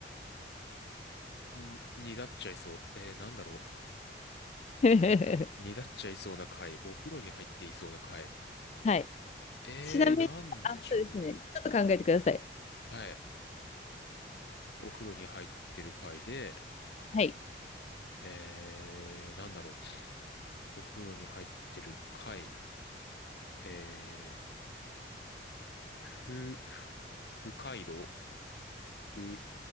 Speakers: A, on the left; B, on the left.
A: ん、ん、にだっちゃいそう。えー、なんだろ
B: <laughs> は
A: う。にだっちゃいそうな回。お風呂に入っていそうな回。
B: い。
A: えー、
B: ちなみに、
A: なんでしょうね。
B: あ、そうですね。ちょっと考えてください。
A: はい。お風呂に入ってる回で、
B: はい。
A: えー、なんだろう。お風呂に入ってる回、えー、ふ、ふ、不快炉ふ、